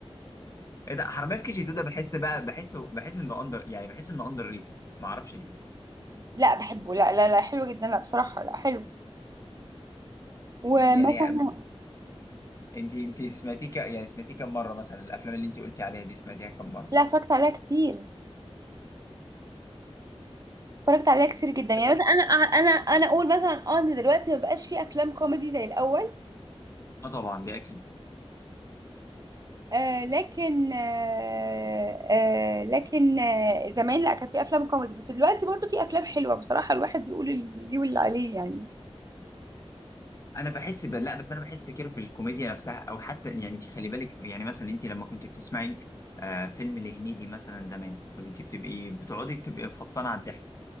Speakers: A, on the left; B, on the right.
A: ايه ده حرامية في كي جي 2 ده بحس بقى بحسه بحس انه اندر يعني بحس انه اندر ريتد ما اعرفش ليه
B: لا بحبه لا لا لا حلو جدا لا بصراحة لا حلو ومثلا
A: يعني يعني انت انت سمعتيه ك- يعني سمعتيه كم مرة مثلا الافلام اللي انت قلتي عليها دي سمعتيها كم مرة
B: لا اتفرجت عليها كتير اتفرجت عليها كتير جدا
A: كذا
B: يعني مثلا انا أه، انا انا اقول مثلا اه ان دلوقتي ما بقاش في افلام كوميدي زي الاول
A: اه طبعا دي اكيد
B: آه لكن آه آه لكن آه زمان لا كان في افلام كوميدي بس دلوقتي برضو في افلام حلوة بصراحة الواحد يقول اللي ليه واللي عليه يعني
A: انا بحس ب... لا بس انا بحس كده بالكوميديا نفسها او حتى يعني انت خلي بالك يعني مثلا انت لما كنت بتسمعي آه فيلم لهنيدي مثلا زمان كنت بتبقي بتقعدي بتبقي فطسانه على الضحك